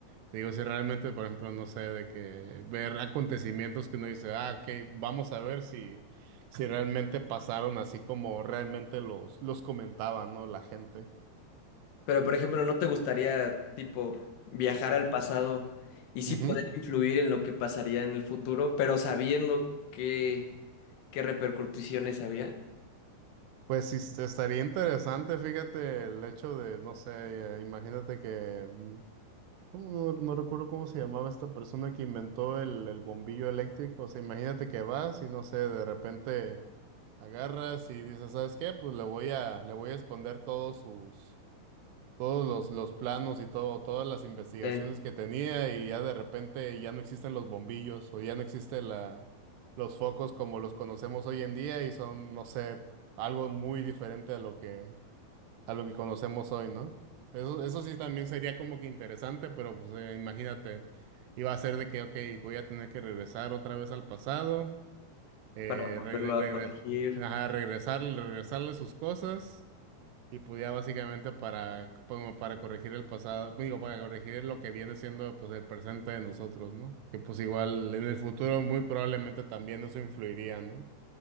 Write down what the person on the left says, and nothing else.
Pero, por ejemplo, ¿no te gustaría, tipo, viajar al pasado y sí
poder influir en lo que pasaría en el futuro, pero sabiendo qué, qué repercusiones había?
Sí,
para volverlo
a corregir.